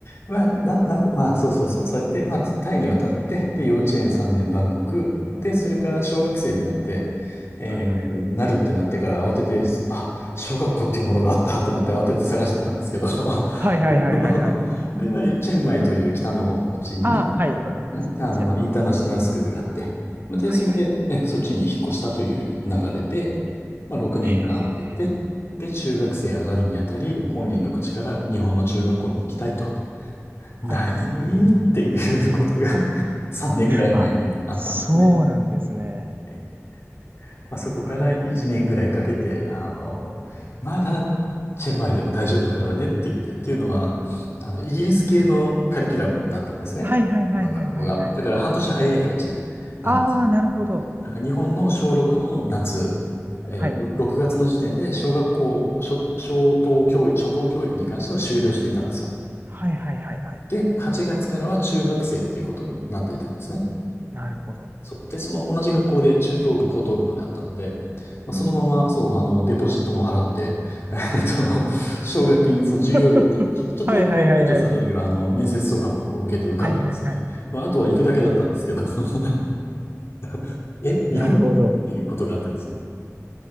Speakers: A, on the left; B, on the right.
A: まあ、な、な、まあ、そうそうそう。そうやって、まあ、タイに渡って、で、幼稚園3年バンコク、で、それから小学生になって、えー、
B: はいはいはい。
A: なるってなってから慌てて、あ、小学校っていうものがあったってなって慌てて探してたんですけど、
B: はいはいはいはいはい。
A: <laughs> で、まあ、チェンマイという北の方の町に、
B: ああ、はい、わかりますね。
A: うん、あの、
B: チェンマイ。
A: まあ、インターナショナルスクールがあって、で、
B: はいはい。
A: それで、え、そっちに引っ越したという流れで、まあ、6年間を終えて、
B: へえ。
A: で、中学生上がるにあたり、本人の口から日本の中学校に行きたいと。何っていうことが
B: はいはいはい。
A: <laughs> 3年ぐらい前にあったんですね。
B: あ、そうなんですね。
A: はいまあ、そこから1年ぐらいかけて、
B: あなるほど。
A: あの、まだチェンマイでも大丈夫だからねって言って、っていうのは、あの、イギリス系のカリキュラムだったんですね。
B: はいはいはいはいはいはい。
A: 我が学校が。だから半年早い感じなんですよ。
B: ああ、なるほど。
A: だから日本の小6の夏、えー6月の時点で小学校、
B: はい。
A: 初、小等教育、初等教育に関しては終了していたんですよ。
B: はいはいはいはい。
A: で、8月からは中学生っていうことになっていたんですね。
B: なるほど。
A: そう。で、その同じ学校で中等部、高等部まであったので、まあ、そのまま、
B: うーん。
A: そう、あの、デポジットも払って、<laughs> えっと、奨学金、その授業料ちょ、
B: <laughs>
A: ちょ、ちょっとだけ免除される、
B: はいはいはいはい。
A: あの、面接とかもこう受けて受かったですね。
B: はいはいはい。
A: まあ、あとは行くだけだったんですけど、その <laughs> え、日本っていうことがあってですね。
B: なるほど。